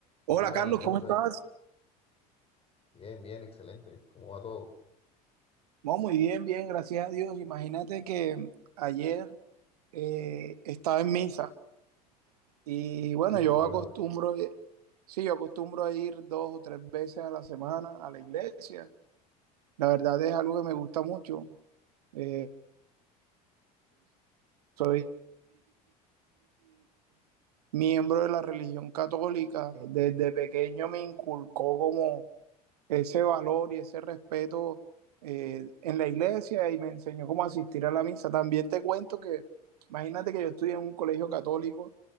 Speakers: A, on the right; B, on the left.
A: Hola
B: ¿Qué tal,
A: Carlos,
B: Jonfer?
A: ¿cómo estás?
B: Bien, bien, excelente. ¿Cómo va todo?
A: No, muy bien, bien, gracias a Dios. Imagínate que ayer eh, estaba en misa y bueno,
B: Sí,
A: yo
B: qué bueno.
A: acostumbro, eh, sí, yo acostumbro a ir dos o tres veces a la semana a la iglesia. La verdad es algo que me gusta mucho. Eh, soy miembro de la religión católica. Desde pequeño me inculcó como ese valor y ese respeto eh, en la iglesia y me enseñó cómo asistir a la misa. También te cuento que, imagínate que yo estudié en un colegio católico